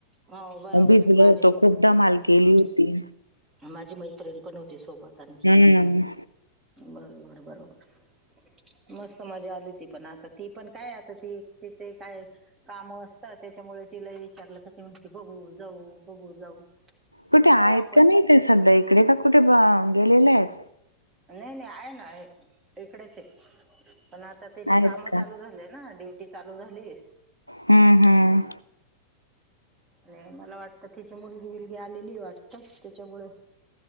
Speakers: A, on the right; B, on the left.
A: हो बरोबर
B: भिजलो
A: माझे
B: होतो
A: हम्म
B: खूप धमाल केली होती.
A: माझी मैत्रिण पण होती सोबत. आणखी
B: हम्म.
A: बरोबर बरोबर. मस्त मजा आली ती पण आता ती पण काय आता ती तिचे काय काम असतात. त्याच्यामुळे तिलाही विचारलं तर ती म्हणते बघू जाऊ बघू जाऊ.
B: कुठे
A: जाऊ
B: आहेत
A: आपण
B: का नाही ते सध्या इकडे का कुठे बा गेलेल्यायेत.
A: नाही नाही आहे ना आहे. इकडेच ए पण आता तिची
B: आहेत
A: काम
B: का?
A: चालू झाले ना ड्युटी चालू झाली.
B: हम्म हम्म.
A: नाही मला वाटत तिची मुलगी बिलगी आलेलीये वाटत त्याच्यामुळे